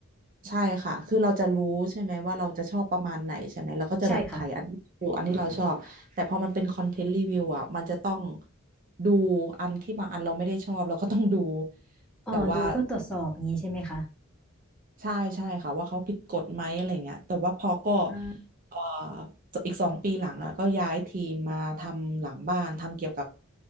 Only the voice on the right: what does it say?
ใช่ค่ะคือเราจะรู้ใช่ไหมว่าเราจะชอบประมาณไหนใช่ไหมเราก็จะแบบถ่ายอันดูอันที่เราชอบแต่พอมันเป็นคอนเทนต์รีวิวอะมันจะต้อง
ดูอันที่บางอันเราไม่ได้ชอบเราก็ต้องดู
แต่ว่า ใช่ใช่ค่ะว่าเขาผิดกฎไหมอะไรเงี้ยแต่ว่าพอก็
เอ่ออีกสองปีหลังอ่ะก็ย้ายทีมมาทำหลังบ้านทำเกี่ยวกับ